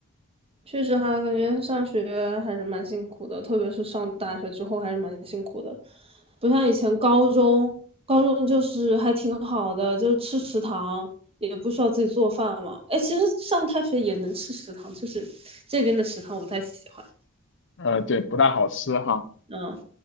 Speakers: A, on the right; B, on the left.
A: 确实哈，感觉上学还是蛮辛苦的，特别是上大学之后还是蛮辛苦的，不像以前高中，高中就是还挺好的，就是吃食堂也不需要自己做饭嘛。哎，其实上大学也能吃食堂，就是这边的食堂我不太喜欢。
B: <laughs> 呃，对，不大好吃哈，
A: 嗯，